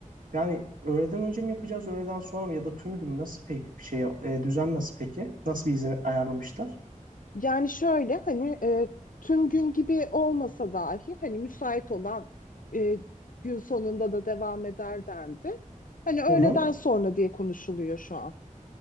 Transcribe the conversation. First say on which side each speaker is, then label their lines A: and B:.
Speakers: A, on the right (about 80°); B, on the left (about 85°).
A: Yani öğleden önce mi yapacağız, öğleden sonra mı ya da tüm gün mü? Nasıl peki bir şey, e, düzen nasıl peki? Nasıl bir izin ayarlamışlar?
B: Yani şöyle hani e, tüm gün gibi olmasa dahi hani müsait olan e, gün sonunda da devam eder dendi. Hani öğleden
A: Hı hı.
B: sonra diye konuşuluyor şu an.